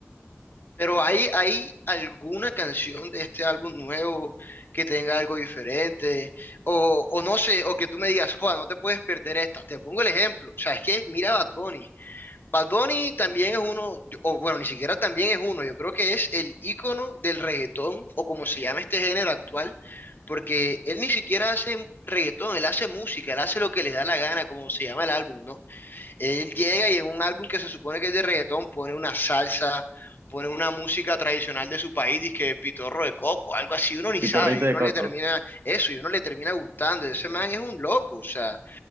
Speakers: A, on the left; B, on the right.
A: Pero ¿hay, hay alguna canción de este álbum nuevo que tenga algo diferente? O, o no sé, o que tú me digas, Juan, no te puedes perder esta. Te pongo el ejemplo. O sea, es que mira a Bad Bunny. Bad Bunny también es uno, o bueno, ni siquiera también es uno. Yo creo que es el ícono del reggaetón, o como se llama este género actual, porque él ni siquiera hace reggaetón, él hace música, él hace lo que le da la gana, como se llama el álbum, ¿no? Él llega y en un álbum que se supone que es de reggaetón pone una salsa, pone una música tradicional de su país, dizque pitorro de coco, algo así, uno ni
B: Pitorrito
A: sabe, y
B: de
A: uno
B: Coco.
A: le termina eso, y uno le termina gustando, ese man es un loco, o sea,